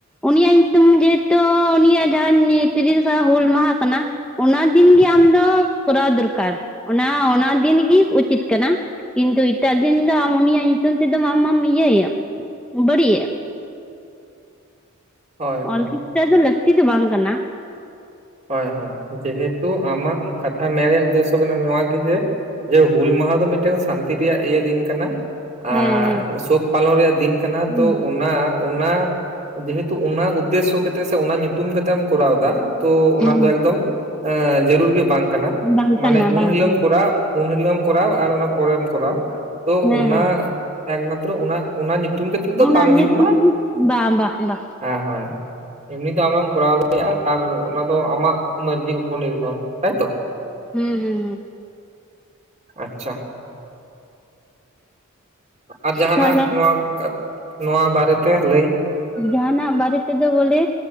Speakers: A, in the centre; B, on the right.
A: ᱩᱱᱤᱭᱟᱜ ᱧᱩᱛᱩᱢ ᱡᱮᱦᱮᱛᱩ ᱩᱱᱤᱭᱟᱜ ᱡᱟᱦᱟᱸ ᱛᱤᱨᱤᱥᱟ ᱦᱩᱞ ᱢᱟᱦᱟ ᱠᱟᱱᱟ, ᱚᱱᱟ ᱫᱤᱱᱜᱤ ᱟᱢᱫᱚ ᱠᱚᱨᱟᱣ ᱫᱚᱨᱠᱟᱨ, ᱚᱱᱟ ᱚᱱᱟ ᱫᱤᱱᱜᱤ ᱩᱪᱤᱛ ᱠᱟᱱᱟ ᱠᱤᱱᱛᱩ ᱮᱴᱟᱜ ᱫᱤᱱ ᱫᱚ ᱟᱢ ᱩᱱᱤᱭᱟᱜ ᱧᱩᱛᱩᱢ ᱛᱮᱫᱚ ᱟᱢᱢᱟᱢ ᱤᱭᱟᱹᱭᱮ ᱵᱟᱹᱲᱤᱡᱭᱮᱫ᱾
B: ᱦᱳᱭ ᱦᱳᱭ
A: ᱚᱞ ᱠᱤᱥᱴᱟ ᱫᱚ ᱞᱟᱹᱠᱛᱤ ᱫᱚ ᱵᱟᱝ ᱠᱟᱱᱟ᱾
B: ᱦᱳᱭ ᱦᱳᱭ ᱡᱮᱦᱮᱛᱩ ᱟᱢᱟᱜ ᱠᱟᱛᱷᱟ ᱢᱮᱱᱨᱮᱭᱟᱜ ᱩᱫᱽᱫᱮᱥᱚ ᱠᱟᱱᱟ ᱱᱚᱣᱟ ᱜᱮ ᱡᱮ ᱡᱮ ᱦᱩᱞ ᱢᱟᱦᱟ ᱫᱚ ᱢᱤᱫᱴᱮᱱ ᱥᱟᱱᱛᱤ ᱨᱮᱭᱟᱜ ᱤᱭᱟᱹ ᱫᱤᱱ ᱠᱟᱱᱟ,
A: ᱦᱮᱸ
B: ᱟᱨ ᱥᱩᱠ ᱯᱟᱞᱚᱱ ᱨᱮᱭᱟᱜ ᱫᱤᱱ ᱠᱟᱱᱟ ᱛᱚ
A: ᱦᱮᱸ
B: ᱚᱱᱟ ᱚᱱᱟ ᱡᱮᱦᱮᱛᱩ ᱚᱱᱟ ᱩᱫᱽᱫᱮᱥᱥᱚ ᱠᱟᱛᱮᱜ ᱥᱮ ᱚᱱᱟ ᱧᱩᱛᱩᱢ ᱠᱟᱛᱮᱢ ᱠᱚᱨᱟᱣ ᱫᱟ᱾ ᱛᱚ ᱚᱱᱟ
A: ᱦᱮᱸ
B: ᱫᱚ ᱮᱠᱫᱚᱢ, ᱮᱸ ᱡᱟᱹᱨᱩᱲ ᱜᱮ ᱵᱟᱝ ᱠᱟᱱᱟ
A: ᱵᱟᱝ ᱠᱟᱱᱟ
B: ᱢᱟᱱᱮ ᱩᱱ
A: ᱵᱟᱝ
B: ᱦᱤᱞᱳᱢ
A: ᱠᱟᱱᱟ
B: ᱠᱚᱨᱟᱣ ᱩᱱ ᱦᱤᱞᱳᱜ ᱮᱢ ᱠᱚᱨᱟᱣ ᱟᱨ ᱚᱱᱟ ᱯᱚᱨᱮᱢ ᱠᱚᱨᱟᱣ, ᱛᱚ
A: ᱦᱮᱸ
B: ᱚᱱᱟ
A: ᱦᱮᱸ
B: ᱮᱠᱢᱟᱛᱨᱚ ᱚᱱᱟ ᱧᱩᱛᱩᱢ ᱠᱟᱛᱮ ᱫᱚ
A: ᱚᱱᱟ
B: ᱵᱟᱝ ᱦᱩᱭᱩᱜ
A: ᱧᱩᱛᱩᱢ
B: ᱢᱟ,
A: ᱵᱟ ᱵᱟ ᱵᱟ
B: ᱦᱳᱭ ᱦᱳᱭ ᱮᱢᱱᱤ ᱫᱚ ᱟᱢ ᱦᱚᱢ ᱠᱚᱨᱟᱣ ᱫᱟᱲᱮᱭᱟᱜ-ᱟ ᱟᱨ ᱚᱱᱟ ᱫᱚ ᱟᱢᱟᱜ ᱢᱟᱹᱨᱡᱤ ᱩᱯᱚᱨ ᱱᱤᱨᱵᱷᱚᱨ ᱦᱚᱭᱛᱚ᱾
A: ᱦᱩᱸ ᱦᱩᱸ
B: ᱟᱪᱪᱷᱟ ᱟᱨ ᱡᱟᱦᱟᱸᱱᱟᱜ
A: ᱛᱟᱦᱚᱞᱮ
B: ᱱᱚᱣᱟ ᱱᱚᱣᱟ ᱵᱟᱨᱮᱛᱮ ᱞᱟᱹᱭ?
A: ᱡᱟᱦᱟᱸᱱᱟᱜ ᱵᱟᱨᱮ ᱛᱮᱫᱚ ᱵᱚᱞᱮ